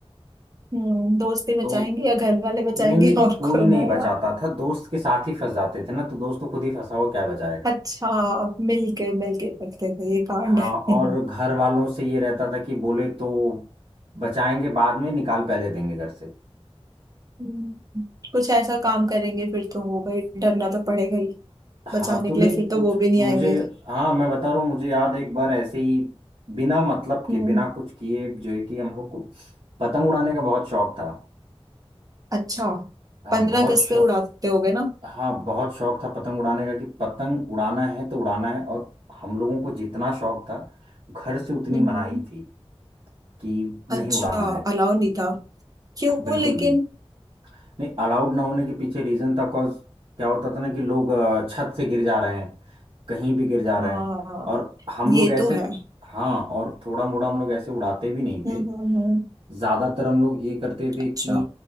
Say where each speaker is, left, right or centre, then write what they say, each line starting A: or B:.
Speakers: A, on the right; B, on the right.
A: हम्म दोस्ती बचाएंगे
B: तो
A: या घर वाले बचाएंगे
B: नहीं नहीं
A: <laughs> और
B: कोई
A: कौन
B: नहीं
A: आएगा
B: बचाता था दोस्त के साथ ही फंस जाते थे ना तो दोस्त तो खुद ही फंसा हुआ क्या बचाएगा
A: अच्छा मिलके मिलके करते थे ये कांड
B: हाँ और
A: <laughs>
B: घर वालों से ये रहता था कि बोले तो बचाएंगे बाद में निकाल पहले देंगे घर से
A: हम्म, कुछ ऐसा काम करेंगे फिर तो होगा ही, डरना तो पड़ेगा
B: हाँ
A: बचाने
B: तो
A: के
B: नहीं
A: लिए फिर
B: कुछ
A: तो वो भी नहीं
B: मुझे
A: आएंगे
B: हाँ मैं बता रहा हूँ मुझे याद एक बार ऐसे ही बिना मतलब
A: हम्म
B: के बिना कुछ किए जो है कि हम लोग को पतंग उड़ाने का बहुत शौक था
A: अच्छा
B: हाँ
A: पंद्रह
B: बहुत
A: अगस्त
B: शौक
A: पे उड़ाते होगे ना
B: हाँ बहुत शौक था पतंग उड़ाने का कि पतंग उड़ाना है तो उड़ाना है और हम लोगों को जितना शौक था घर से उतनी
A: हम्म
B: मनाही
A: हम्म।
B: थी कि
A: अच्छा
B: नहीं उड़ाना है
A: अलाउ नहीं था क्यों
B: बिल्कुल
A: लेकिन
B: भी नहीं अलाउड ना होने के पीछे रीजन था कॉज क्या होता था ना कि लोग अ, छत से गिर जा रहे हैं कहीं भी गिर जा रहे
A: हाँ
B: हैं और हम
A: ये
B: लोग ऐसे
A: तो है
B: हाँ और थोड़ा मोड़ा हम लोग ऐसे उड़ाते भी नहीं
A: हम्म
B: थे
A: हम्म हम्म।
B: ज्यादातर हम लोग ये करते थे
A: अच्छा
B: कि